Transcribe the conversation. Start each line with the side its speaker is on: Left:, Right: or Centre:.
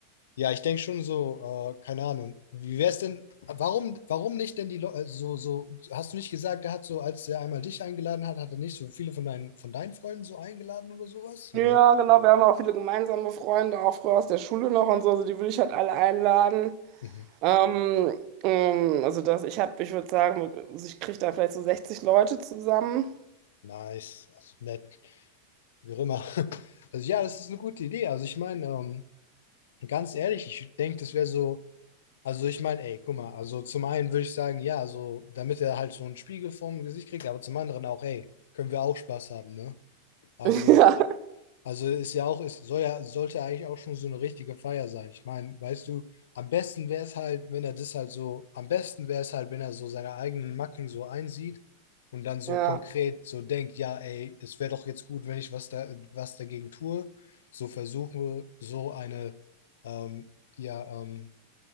Left: ja, ich denke schon so, äh, keine Ahnung. Wie wäre es denn, warum, warum nicht denn die Leute, so, so, hast du nicht gesagt, er hat so, als er einmal dich eingeladen hat, hat er nicht so viele von deinen, von deinen Freunden so eingeladen oder sowas?
Right: Ja,
Left: Oder?
Right: genau, wir haben auch viele gemeinsame Freunde, auch früher aus der Schule noch und so, also die würde ich halt alle einladen.
Left: Mhm.
Right: Ähm, ähm, also das, ich habe, ich würde sagen, also ich kriege da vielleicht so 60 Leute zusammen.
Left: Nice, also nett, wie auch immer. <laughs> Also ja, das ist eine gute Idee. Also ich meine, ähm, ganz ehrlich, ich denke, das wäre so, also ich meine, ey, guck mal, also zum einen würde ich sagen, ja, also damit er halt so einen Spiegel vorm Gesicht kriegt, aber zum anderen auch, ey, können wir auch Spaß haben, ne? Also
Right: <laughs> Ja,
Left: also ist ja auch, ist, soll ja, sollte eigentlich auch schon so eine richtige Feier sein. Ich meine, weißt du, am besten wäre es halt, wenn er das halt so, am besten wäre es halt, wenn er so seine eigenen Macken so einsieht und dann so
Right: ja.
Left: konkret so denkt, ja, ey, es wäre doch jetzt gut, wenn ich was da, was dagegen tue, so versuche, so eine, ähm, ja, ähm,